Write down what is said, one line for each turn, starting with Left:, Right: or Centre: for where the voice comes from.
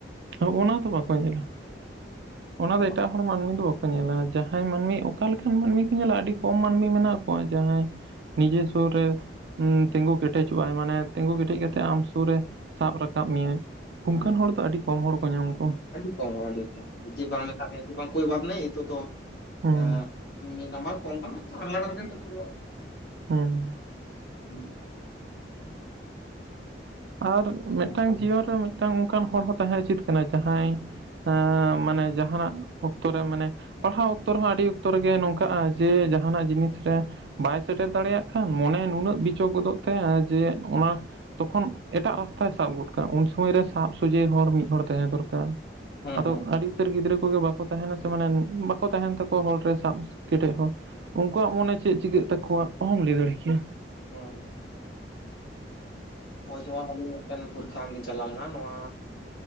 Right: ᱦᱚᱸ ᱚᱱᱟ ᱫᱚ ᱵᱟᱠᱚ ᱧᱮᱞᱟ, ᱚᱱᱟ
Left: ᱦᱮᱸ
Right: ᱫᱚ ᱮᱴᱟᱜ ᱦᱚᱲ ᱢᱟᱹᱱᱢᱤ ᱫᱚ ᱵᱟᱠᱚ ᱧᱮᱞᱟ ᱡᱟᱦᱟᱸᱭ ᱢᱟᱱᱢᱤ ᱚᱠᱟ ᱞᱮᱠᱟᱱ ᱢᱟᱱᱢᱤ ᱠᱚ ᱧᱮᱞᱟ ᱟᱰᱤ ᱠᱚᱢ ᱢᱟᱱᱢᱤ ᱢᱮᱱᱟᱜ ᱠᱚ ᱾ ᱱᱚᱜᱼᱚᱭ ᱡᱟᱦᱟᱸᱭ ᱱᱤᱡᱮ ᱥᱩᱨ ᱨᱮ ᱦᱩᱸ ᱛᱤᱸᱜᱩ ᱠᱮᱴᱮᱡᱚᱜᱼᱟᱭ ᱢᱟᱱᱮ, ᱛᱤᱸᱜᱩ ᱠᱮᱴᱮᱡ ᱠᱟᱛᱮ ᱟᱢ ᱥᱩᱨ ᱨᱮ ᱥᱟᱵ ᱨᱟᱠᱟᱵ ᱢᱮᱭᱟᱭ ᱚᱱᱠᱟᱱ
Left: ᱦᱮᱸ
Right: ᱦᱚᱲ ᱫᱚ ᱟᱹᱰᱤ ᱠᱚᱢ ᱦᱚᱲ ᱠᱚ ᱧᱟᱢ ᱠᱚᱣᱟ ᱾
Left: ᱟᱹᱰᱤ ᱠᱚᱢ ᱦᱚᱲ ᱟᱹᱰᱤ ᱠᱚᱢ ᱡᱮ ᱵᱟᱝ ᱢᱮᱛᱟᱜ ᱢᱮᱭᱟ ᱡᱮ ᱵᱟᱝ ᱠᱳᱭ ᱵᱟᱛ ᱱᱮᱦᱤ ᱮᱭᱮ ᱛᱳ ᱛᱳᱢ
Right: ᱦᱩᱸ
Left: ᱮᱻ ᱢᱤᱜ ᱱᱟᱢᱵᱟᱨ ᱠᱚᱢ ᱠᱟᱱᱟ ᱛᱚ <unintelligible>
Right: ᱦᱩᱸ
Left: <inaudible>
Right: ᱟᱨ ᱢᱤᱫᱴᱟᱝ
Left: ᱚᱱᱠᱟ
Right: ᱡᱤᱭᱚᱱ ᱨᱮ ᱢᱤᱫᱴᱟᱝ ᱚᱱᱠᱟᱱ ᱦᱚᱲ ᱦᱚᱸ ᱛᱟᱦᱮᱸ ᱩᱪᱤᱛ ᱠᱟᱱᱟ ᱡᱟᱦᱟᱸᱭᱼᱼ ᱮᱻ ᱢᱟᱱᱮ ᱡᱟᱦᱟᱱᱟᱜ ᱚᱠᱛᱚ ᱨᱮ ᱢᱟᱱᱮ ᱯᱟᱲᱦᱟᱣ ᱚᱠᱛᱚ ᱨᱮᱦᱚᱸ ᱟᱹᱰᱤ ᱚᱠᱛᱚ ᱨᱮᱜᱮ ᱱᱚᱝᱠᱟᱜᱼᱟ ᱡᱮ ᱡᱟᱦᱟᱱᱟᱜ ᱡᱤᱱᱤᱥ ᱨᱮ ᱵᱟᱭ ᱥᱮᱴᱮᱨ ᱫᱟᱲᱮᱭᱟᱜ ᱠᱷᱟᱱ ᱢᱚᱱᱮ ᱱᱩᱱᱟᱹᱜ ᱵᱤᱪᱷᱳᱠ ᱜᱚᱫᱚᱜ ᱛᱟᱭᱟ ᱡᱮ ᱚᱱᱟ ᱛᱚᱠᱷᱚᱱ ᱮᱴᱟᱜ ᱨᱟᱥᱛᱟᱭ ᱥᱟᱵ ᱜᱚᱫ ᱠᱟᱜᱼᱟ ᱩᱱ ᱥᱩᱢᱚᱭ ᱨᱮ ᱥᱟᱵ ᱥᱚᱡᱷᱮ ᱦᱚᱲ ᱢᱤᱫ ᱦᱚᱲ ᱛᱟᱦᱮᱸ ᱫᱚᱨᱠᱟᱨ
Left: ᱦᱮᱸ
Right: ᱟᱫᱚ
Left: ᱦᱮᱸ ᱦᱮᱸ
Right: ᱟᱹᱰᱤᱼᱼ ᱠᱷᱟᱹᱛᱤᱨ ᱜᱤᱫᱽᱨᱟᱹ ᱠᱚᱜᱮ ᱵᱟᱠᱚ ᱛᱟᱦᱮᱱᱟ ᱥᱮ ᱢᱟᱱᱮ ᱵᱟᱠᱚ ᱛᱟᱦᱮᱱ ᱛᱟᱠᱚᱣᱟ ᱦᱚᱲ ᱨᱮ ᱥᱟᱵ ᱠᱮᱴᱮᱡ ᱦᱚᱲ᱾
Left: <inaudible>
Right: ᱩᱱᱠᱩᱣᱟᱜ ᱢᱚᱱᱮ ᱪᱮᱜ ᱪᱤᱠᱟᱹᱜ ᱛᱟᱠᱚᱣᱟ ᱚᱦᱚᱢ ᱞᱟᱹᱭ ᱫᱟᱲᱮ ᱠᱮᱭᱟ ᱾
Left: ᱦᱚᱸ ᱦᱚᱜ-ᱚᱭ ᱡᱮᱢᱚᱱ ᱟᱹᱞᱤᱧ ᱢᱤᱫᱴᱮᱱ ᱯᱚᱨᱤᱠᱷᱟ ᱮᱢ ᱞᱤᱧ ᱪᱟᱞᱟᱣ ᱞᱮᱱᱟ ᱱᱚᱣᱟᱼᱼ